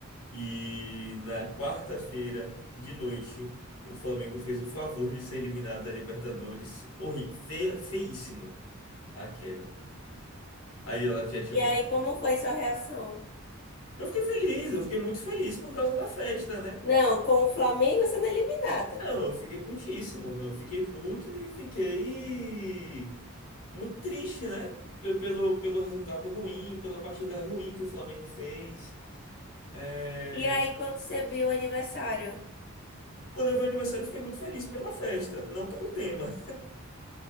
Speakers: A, on the left (about 85°); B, on the left (about 50°).
A: E na quarta-feira de noite, o Flamengo fez o favor de ser eliminado da Libertadores. horrível, feia, feíssimo a queda. Aí ela já tinha
B: E aí,
A: comprado.
B: como foi sua reação?
A: Eu fiquei feliz, eu fiquei muito feliz por causa da festa, né?
B: Não, com o Flamengo sendo eliminado.
A: Não, eu fiquei putíssimo. Eu fiquei puto e fiquei muito triste, né? Pe- Pelo, pelo resultado ruim, pela partida ruim que o Flamengo fez. É,
B: E aí, quando você viu o aniversário?
A: Quando eu vi o aniversário, eu fiquei muito feliz pela festa, não pelo tema.